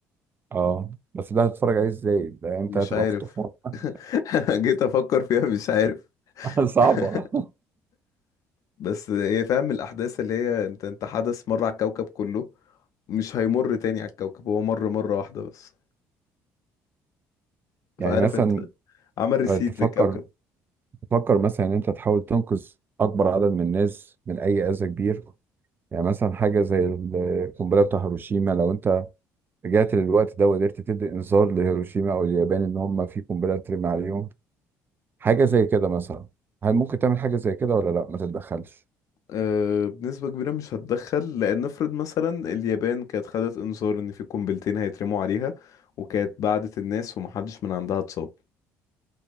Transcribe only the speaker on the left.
مش
عارف
<laughs> جيت افكر فيها مش عارف
<laughs> بس ايه فاهم الأحداث اللي هي انت انت حدث مرة على الكوكب كله مش هيمر تاني على الكوكب هو مر مرة واحدة بس
فعارف
انت عمل ريسيت
للكوكب
أه بنسبة كبيرة مش هتدخل لأن نفرض مثلا اليابان كانت خدت إنذار إن في قنبلتين هيترموا عليها وكانت بعدت الناس ومحدش من عندها اتصاب